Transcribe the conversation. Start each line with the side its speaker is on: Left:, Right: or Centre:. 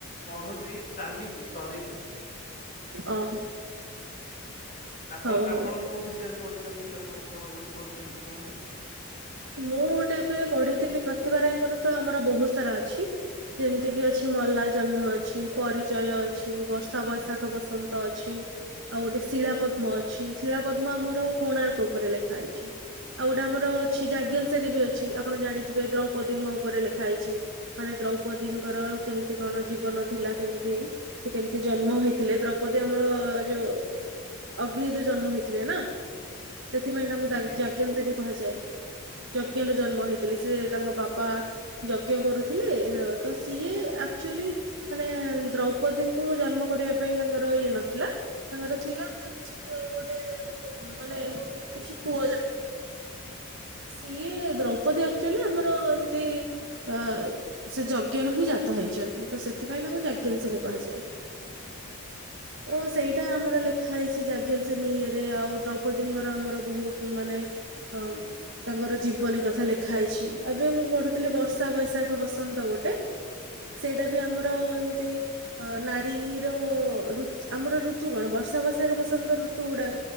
Left: ପଢୁଛି ଚାଲିଛି ସରିନି।
Right: ଓହୋ।
Left: ଆପଣ
Right: ହଉ ହଉ।
Left: ଆପଣ କୋଉ ବିଷୟରେ ପଢିଛନ୍ତି ଆପଣ କଣ, ଗୋଟେ ପଢିଛନ୍ତି କୁହନ୍ତୁ?
Right: ମୁଁ ଗୋଟେ ଏବେ ପଢିଥିଲି, ପ୍ରତିଦ୍ଭା ରାୟଙ୍କର ତ, ଆମର ବହୁତ ସାରାଅଛି ଯେମତି ଅଛି ମଲା ଜହ୍ନ ଅଛି ପରି ଜୟ ଅଛି ବର୍ଷା ବୈଶାଖ ବସନ୍ତ ଅଛି। ଆଉ ଗୋଟେ ଶିଳା ପଦ୍ମ ଅଛି ଶିଳା ପଦ୍ମ ଆମର କୋଣାର୍କ ଉପରେ ଲେଖା ହେଇଛି। ଆଉ ଗୋଟେ ଆମର ଛିଟ ଆଜ୍ଞା, ସେ ବି ଅଛି ଆପଣ ଜାଣିଥିବେ ଦ୍ରୌପଦୀଙ୍କ ଉପରେ ଲେଖା ହେଇଛି ମାନେ ଦ୍ରୌ ପେଦିଙ୍କର କେମିତି କଣ ଜୀବନ ଥିଲା କେମିତି ସେ କେମିତି ଜନ୍ମ ହେଇଥିଲେ ଦ୍ରୌପଦୀ ଆମର ଯୋଉ ଅଗ୍ନିରେ ଜନ୍ମ ହେଇଥିଲେ ନା ସେଥିପାଇଁ ତାଙ୍କୁ
Left: ଆଜ୍ଞା
Right: ଯାଜ୍ଞ୍ୟ ସେନୀ କୁହାଯାଏ। ଯୋଜ୍ଞାରୁ ଜନ୍ମ ହେଇଥିଲେ ସେ ତାଙ୍କ ବାପା ଯୋଜ୍ଞା କରୁଥିଲେ ତ ସିଏ ଆକ୍ ଚୁଲି ମାନେ ଦ୍ରୌପଦୀଙ୍କୁ ଜନ୍ମ କରିବା ପାଇଁ ତାଙ୍କର ଇଏ ନଥିଲା ତାଙ୍ଗର ଥିଲା କିଛି ଗୋଟେ ମାନେ କିଛି ପୁଅ ଜନ୍ମ କରିବା ପାଇଁ। ସିଏ ଦ୍ରୌପଦୀ ଆକ୍ଚୁଆଲି ଆମର ଏମିତି ଅ ସେ ଯଗ୍ୟରେ ହିଁ ଜାତ ହେଇଛନ୍ତି ତ ସେଥିପାଇଁ ତାଙ୍କୁ ଯାଜ୍ଞା ସେନୀ କୁହାଯାଏ। ତ ସେଇଟା ଆମର
Left: ଆଜ୍ଞା
Right: ଲେଖ ଦେଖା ହେଇଛି ଯାଜ୍ଞା ସେନୀ ଇରେ ଆଉ ଦ୍ରୌପଦୀଙ୍କର ଆମର ବହୁତ ମାନେ ଅ ତାଙ୍କର ଜୀବନୀ କଥା ଲେଖା ହେଇଛି ଏବେ ମୁଁ ପଢୁ। ଥିଲି ବର୍ଷା ବୈଶାଖ ବସନ୍ତ ଗୋଟେ ସେଇଟା ବି ଆମର ଏମିତି ଅ ନାରୀର ହିର ଋତ ଆମର ଋତୁ କଣ ବର୍ଷାବୈସାଖ ବସନ୍ତ ନ୍ତ ଋତୁ ଗୁଡାକ